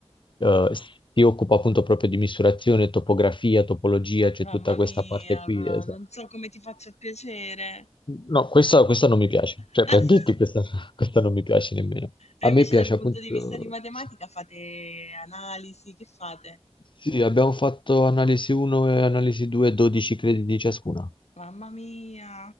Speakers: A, on the left; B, on the left.
A: eh, si occupa appunto proprio di misurazione, topografia, topologia, c'è
B: Mamma
A: tutta questa
B: mia,
A: parte qui.
B: ma
A: esatto.
B: non so come ti faccia piacere.
A: No, questa, questa non mi piace,
B: <laughs>
A: cioè per dirti questa, <laughs> questa non mi piace nemmeno.
B: E
A: A
B: invece
A: me piace
B: dal punto
A: appunto,
B: di vista di matematica
A: sì,
B: fate analisi, che fate?
A: Sì, abbiamo fatto analisi 1 e analisi 2, 12 crediti ciascuna.
B: Mamma mia.